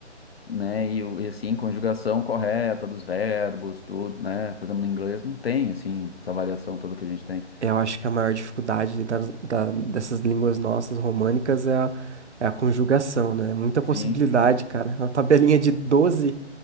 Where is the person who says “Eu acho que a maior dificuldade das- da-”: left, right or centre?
Right